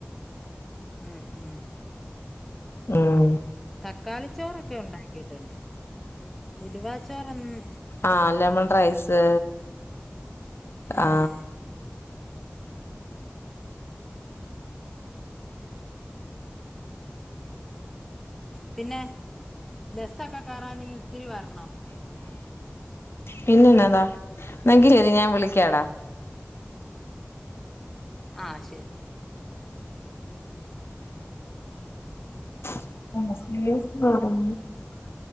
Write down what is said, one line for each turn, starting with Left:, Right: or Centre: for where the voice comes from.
Centre: അ ആ.
Left: ഉം.
Centre: തക്കാളിച്ചോറൊക്കെ ഉണ്ടാക്കിട്ടുണ്ട് ഉലവാച്ചോറൊ ന്ന്
Left: ആ ലെമൺ റൈസ്
Centre: ഉം
Left: ആ.
Centre: പിന്നെ ബസൊക്കെ കേറാവീ ഒത്തിരി വരണോ?
Left: പിന്നന്നതാ എങ്കി ശരി ഞാൻ വിളിക്കാടാ.
Centre: ആ ശരി.
Left: <inaudible>